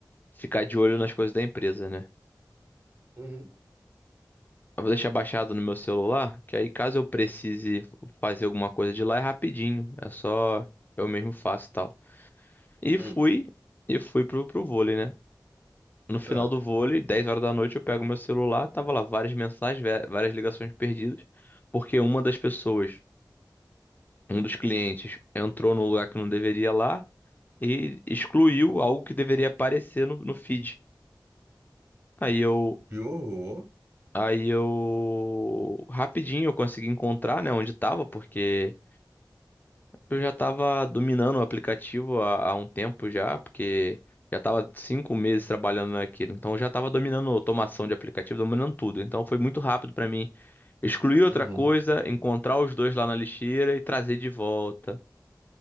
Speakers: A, on the left (about 25°); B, on the right (about 35°).
A: ficar de olho nas coisas da empresa, né?
B: uhum,
A: Eu vou deixar baixado no meu celular, que aí caso eu precise fazer alguma coisa de lá é rapidinho, é só eu mesmo faço e tal. E
B: hum,
A: fui, e fui pro, pro vôlei, né? No final
B: Sério.
A: do vôlei, 10 horas da noite, eu pego meu celular, tava lá várias mensagens, vé- várias ligações perdidas, porque uma das pessoas, um dos clientes, entrou no lugar que não deveria lá. e excluiu algo que deveria aparecer no, no feed. Aí eu,
B: Que horror.
A: aí eu rapidinho eu consegui encontrar, né, onde estava, porque eu já estava dominando o aplicativo há, há um tempo já, porque já estava cinco meses trabalhando naquilo. Então eu já estava dominando automação de aplicativo, dominando tudo. Então foi muito rápido para mim excluir outra
B: Uhum,
A: coisa, encontrar os dois lá na lixeira e trazer de volta.